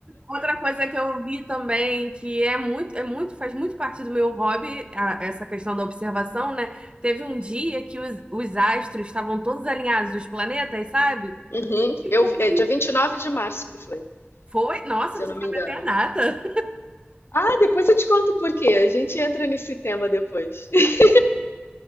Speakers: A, on the right; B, on the left.
A: Outra coisa que eu vi também, que é muito, é muito, faz muito parte do meu hobby, a- essa questão da observação, né? Teve um dia que os, os astros estavam todos alinhados, os planetas, sabe?
B: Uhum.
A: Que
B: Eu,
A: coisa,
B: é dia
A: hein?
B: 29 de março que foi,
A: Foi, nossa,
B: se eu
A: tu
B: não
A: sabe
B: me engano.
A: até a data.
B: Ah, depois eu te conto por quê. A gente entra nesse tema depois. <laughs>